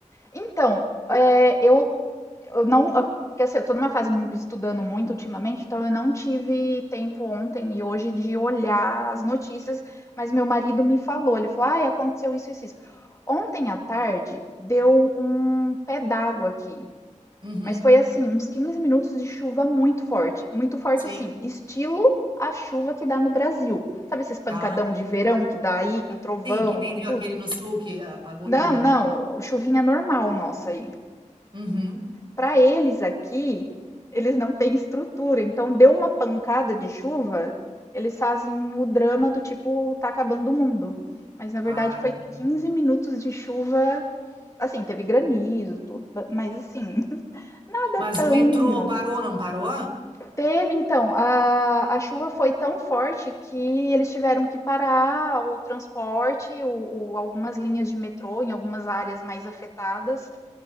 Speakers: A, on the left; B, on the right.
A: Então, é, eu, eu não. eu- Porque assim, eu tô numa fase mu- estudando muito ultimamente, então eu não tive tempo ontem e hoje de olhar as notícias, mas meu marido me falou, ele falou, ai, aconteceu isso, isso, isso. Ontem à tarde deu um pé d'água aqui,
B: Uhum,
A: mas foi assim, uns 15 minutos de chuva muito forte, muito forte
B: sim,
A: assim, estilo a chuva que dá no Brasil. Sabe esse espancadão
B: tá.
A: de verão que dá aí, com trovão,
B: Sim, que nem
A: com
B: deu
A: tudo?
B: aquele no sul que apagou
A: Não,
B: tudo,
A: não,
B: né?
A: chuvinha normal nossa aí.
B: Uhum.
A: Para eles aqui, eles não têm estrutura, então deu uma pancada de chuva, eles fazem o drama do tipo, tá acabando o mundo. Mas na verdade
B: Ah,
A: foi
B: entendi.
A: 15 minutos de chuva, assim, teve granizo, tudo, mas assim, <laughs> nada
B: Mas
A: tão
B: o metrô
A: grave.
B: parou, não parou?
A: Teve então, a, a chuva foi tão forte que eles tiveram que parar o transporte, o, o- algumas linhas de metrô em algumas áreas mais afetadas.